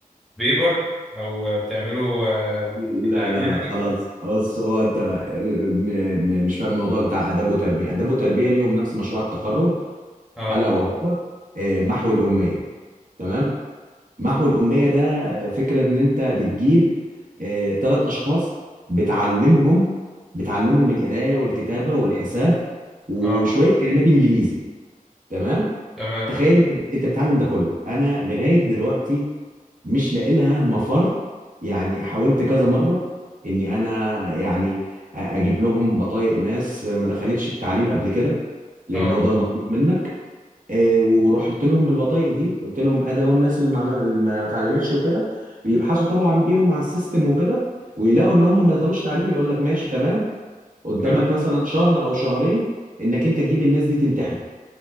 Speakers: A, in the centre; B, on the right.
A: بيبر او بتعمله آه،
B: لا
A: كتاب
B: لا
A: يعني
B: لا خلاص بص هو انت آه، م- م- مش فاهم الموضوع بتاع اداب وتربيه اداب وتربيه ليهم نفس مشروع التخرج
A: اه
B: الا وهو آه، محو الاميه تمام محو الأمية ده فكرة إن أنت بتجيب آه، تلات أشخاص بتعلمهم بتعلمهم القراية والكتابة والحساب وشوية
A: اه
B: كلمات إنجليزي تمام
A: تمام
B: تخيل أنت أنت بتعلم ده كله أنا لغاية دلوقتي مش لاقي لها مفر يعني حاولت كذا مرة إني أنا يعني أ- أجيب لهم بطايق ناس ما دخلتش التعليم قبل كده لأن
A: اه
B: هو ده المطلوب منك آه، ورحت لهم بالبطايق دي قلت لهم ادي اهو الناس اللي ما عمل- اللي ما اتعلمتش وكده بيبحثوا طبعا بيهم على السيستم وكده ويلاقوا ان هم ما دخلوش تعليم يقول لك ماشي تمام قدامك
A: حلو.
B: مثلا شهر او شهرين انك انت تجيب الناس دي تمتحن